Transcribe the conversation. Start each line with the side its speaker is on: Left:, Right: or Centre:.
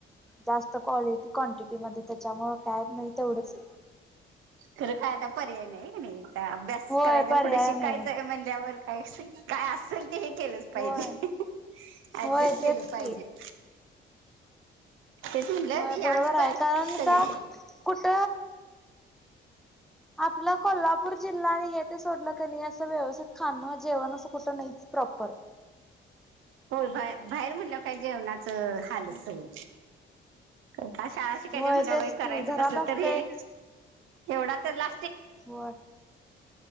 Centre: जास्त क्वालिटी क्वांटिटी म त्याच्यामुळे काय नाही तेवढंच
Right: खरं काय आता पर्याय नाही का नाही अभ्यास
Centre: होय
Right: करायचा
Centre: पर्याय
Right: पुढे शिकायचंय
Centre: नाही
Right: मणल्यावर काय काय असेल ते केलंच पाहिजे
Centre: होय होय
Right: ऍडजस्ट
Centre: तेच
Right: केलं पाहिजे
Centre: की
Right: तेच म्हटलं
Centre: होय
Right: ती
Centre: बरोबर
Right: आम्ही पण
Centre: आहे कारणता
Right: सगळे
Centre: कुठ आपला कोल्हापूर जिल्हा आणि हे ते सोडलं क नाही असं व्यवस्थित खा जेवण अस कुठ नाही प्रॉपर
Right: होय बाहेर.. म्हणाल्यावर काय? जेवणाच हालत सगळ. आता शाळा शिकायच
Centre: होय
Right: म्हण
Centre: तेच
Right: बई करायचं
Centre: की घरात
Right: कस?
Centre: असते
Right: तर हे एवढा तर ला
Centre: होय..